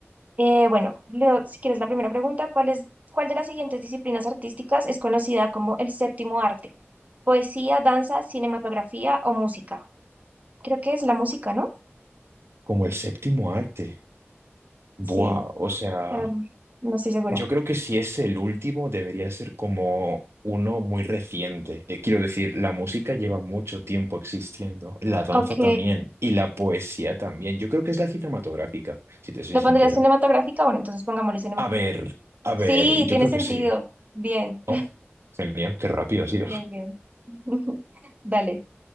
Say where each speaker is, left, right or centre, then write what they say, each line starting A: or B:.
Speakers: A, on the right (about 35°); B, on the right (about 65°).
A: Eh, bueno, Leo, si quieres la primera pregunta, ¿cuál es, cuál de las siguientes disciplinas artísticas es conocida como el séptimo arte? Poesía, danza, cinematografía o música. Creo que es la música, ¿no?
B: Como el séptimo arte. Buah,
A: Sí,
B: o sea,
A: pero no estoy segura.
B: yo creo que si es el último, debería ser como uno muy reciente. Eh, quiero decir, la música lleva mucho tiempo existiendo, la danza
A: Ok,
B: también, y la poesía también. Yo creo que es la cinematográfica, si te soy
A: ¿lo
B: sincero.
A: pondría cinematográfica? Bueno, entonces pongámosle
B: A ver, a
A: Sí,
B: ver, yo
A: tiene
B: creo
A: sentido.
B: que sí.
A: Bien,
B: Oh, genial, qué rápido ha sido.
A: bien, bien. <laughs> Dale,